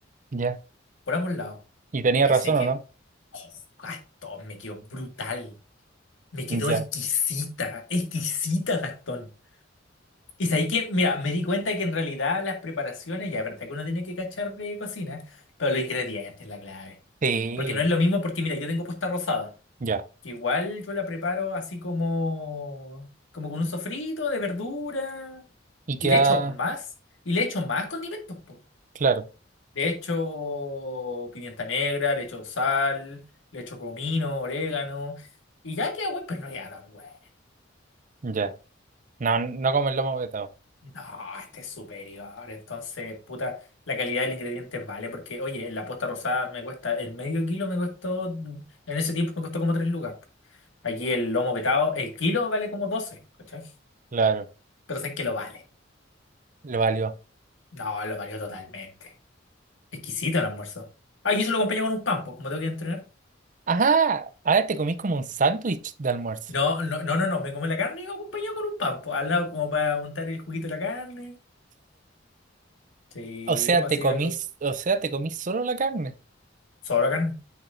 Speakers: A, on the right; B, on the left.
A: ya.
B: por ambos lados.
A: Y
B: Oh,
A: tenía razón,
B: y sé que
A: ¿o no?
B: ah, Gastón me quedó brutal. Me quedó
A: ya
B: exquisita, exquisita, Gastón. Y sabéis que, mira, me di cuenta que en realidad las preparaciones, ya es verdad que uno tiene que cachar de cocina, pero los ingredientes es la clave.
A: Sí,
B: Porque no es lo mismo, porque mira, yo tengo posta rosada,
A: ya.
B: que igual yo la preparo así como, como con un sofrito de verdura,
A: Y
B: y
A: queda,
B: le echo más, y le echo más condimentos, po.
A: claro,
B: Le echo pimienta negra, le echo sal, le echo comino, orégano, y ya queda bueno, pero no queda tan bueno.
A: ya. No, no como el lomo vetado.
B: No, este es superior. Entonces, puta, la calidad del ingrediente vale. Porque, oye, la posta rosada me cuesta, el medio kilo me costó, en ese tiempo me costó como 3 lucas. Aquí el lomo vetado, el kilo vale como 12, ¿cachai?
A: Claro,
B: Pero sé que lo vale.
A: le valió.
B: No, lo valió totalmente. Exquisito el almuerzo. Ah, y eso lo acompañé con un pan, pues, como tengo que entrenar.
A: Ajá, ahora te comís como un sándwich de almuerzo.
B: No, no, no, no, no, me come la carne y lo acompañé con un pan, pues, al lado como para untar el juguito de la carne. Sí,
A: O sea,
B: o así
A: te comís,
B: algo.
A: o sea, te comís solo la carne.
B: Solo carne.